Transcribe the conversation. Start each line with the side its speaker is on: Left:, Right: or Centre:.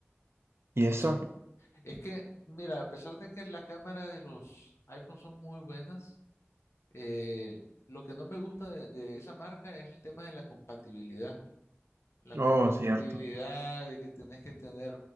Right: ¿Y
Left: Un
Right: eso?
Left: Sam es que, mira, a pesar de que la cámara de los iPhones son muy buenas, eh, lo que no me gusta de, de esa marca es el tema de la compatibilidad. La
Right: Oh,
Left: compatibilidad
Right: cierto.
Left: de que tenés que tener